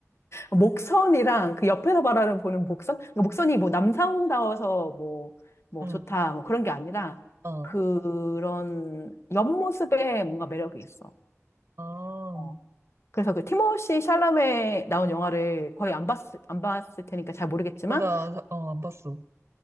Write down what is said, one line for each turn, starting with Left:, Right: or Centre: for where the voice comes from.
Left: 목선이랑 그 옆에서 바라보는 목선? 그러니까 목선이 뭐 남성다워서 뭐, 뭐
Right: 응,
Left: 좋다, 뭐 그런 게 아니라
Right: 어,
Left: 그런 옆모습에 뭔가 매력이 있어.
Right: 어,
Left: 어. 그래서 그 티모시 샬라메 나온 영화를 거의 안 봤, 안 봤을 테니까 잘 모르겠지만
Right: 어, 나, 어, 안 봤어.